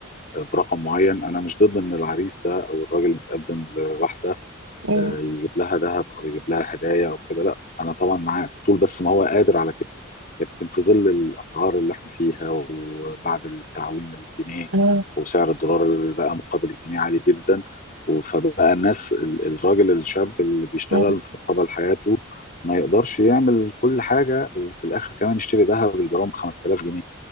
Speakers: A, on the left; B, on the right.
A: برقم معين أنا مش ضد إن العريس ده أو الراجل المتقدم لواحدة
B: مم،
A: آه، يجيب لها ذهب او يجيب لها هدايا او كده لا انا طبعا معاه طول بس ما هو قادر على كده لكن في ظل الاسعار اللي احنا فيها وبعد التعويم الجنيه
B: مم،
A: وسعر الدولار اللي بقى مقابل الجنيه عالي جدا و- فبقى الناس ال- الراجل الشاب اللي بيشتغل
B: مم.
A: في مقابل حياته ما يقدرش يعمل كل حاجه وفي الاخر كمان يشتري ذهب الجرام 5000 جنيه